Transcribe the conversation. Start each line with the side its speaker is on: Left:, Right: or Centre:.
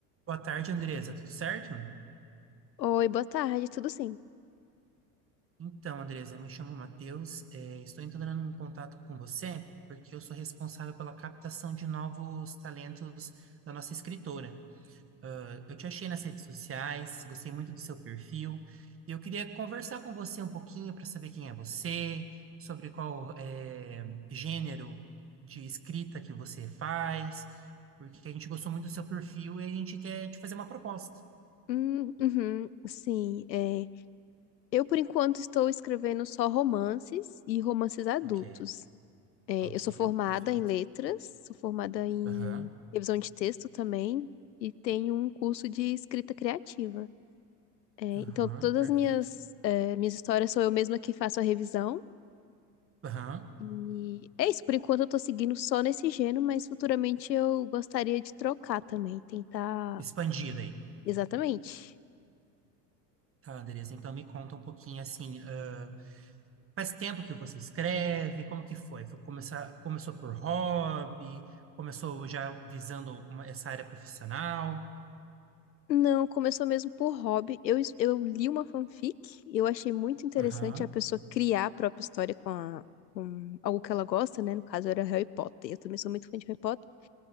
Right: Boa tarde, Andresa. Tudo certo?
Left: Oi, boa tarde, tudo sim?
Right: Então, Andresa, me chamo Matheus. eh, estou entrando em contato com você porque eu sou responsável pela captação de novos talentos da nossa escritora. Eh, Eu te achei nas redes sociais, gostei muito do seu perfil e eu queria conversar com você um pouquinho para saber quem é você, sobre qual eh, gênero de escrita que você faz, porque a gente gostou muito do seu perfil e a gente quer te fazer uma proposta.
Left: Hum, uhum, sim, é, eu por enquanto estou escrevendo só romances e romances adultos.
Right: Ok,
Left: É,
Right: ok,
Left: eu sou formada
Right: perfeito.
Left: em letras, sou formada em
Right: Aham,
Left: revisão de texto também e tenho um curso de escrita criativa. É,
Right: aham,
Left: então, todas
Right: perfeito.
Left: as minhas, é, minhas histórias sou eu mesma que faço a revisão.
Right: Aham,
Left: E é isso, por enquanto eu tô seguindo só nesse gênero, mas futuramente eu gostaria de trocar também, tentar.
Right: expandida aí.
Left: Exatamente.
Right: Tá, Andresa, então me conta um pouquinho assim, ah, faz tempo que você escreve, como que foi? Foi começar, começou por hobby, começou já visando uma- essa área profissional?
Left: Não, começou mesmo por hobby. Eu, es- eu li uma fanfic e eu achei muito interessante
Right: Aham,
Left: a pessoa criar a própria história com, a- com algo que ela gosta, né? No caso, era Harry Potter. Eu também sou muito fã de Harry Potter.